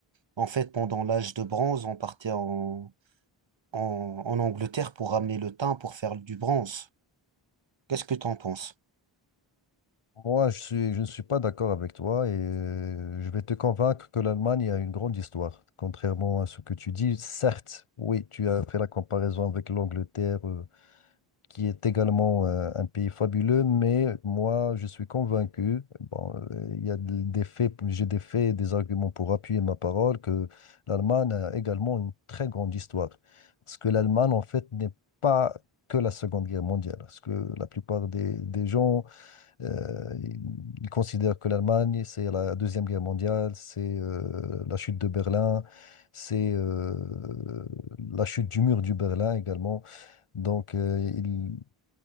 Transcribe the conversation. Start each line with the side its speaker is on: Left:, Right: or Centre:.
Right: En fait, pendant l'âge de bronze, on partait en, en, en Angleterre pour ramener le thym pour faire du bronze. Qu'est-ce que t'en penses?
Left: Moi, je suis, je ne suis pas d'accord avec toi et euh, je vais te convaincre que l'Allemagne a une grande histoire. Contrairement à ce que tu dis, certes, oui, tu as fait la comparaison avec l'Angleterre, euh, qui est également euh, un pays fabuleux, mais moi, je suis convaincu, bon, euh, il y a de- des faits, j'ai des faits et des arguments pour appuyer ma parole, que l'Allemagne a également une très grande histoire. Parce que l'Allemagne, en fait, n'est pas que la Seconde Guerre mondiale. Parce que la plupart des, des gens, euh, ils ils considèrent que l'Allemagne, c'est la Deuxième Guerre mondiale, c'est euh, la chute de Berlin, c'est euh, la chute du mur du Berlin également. Donc, euh, il-